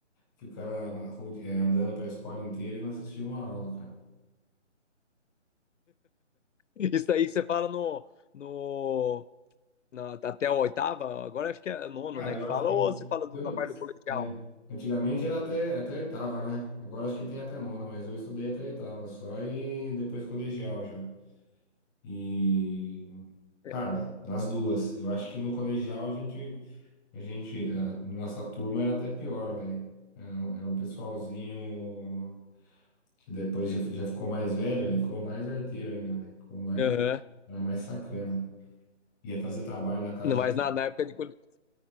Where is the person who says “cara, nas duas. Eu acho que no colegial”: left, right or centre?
Left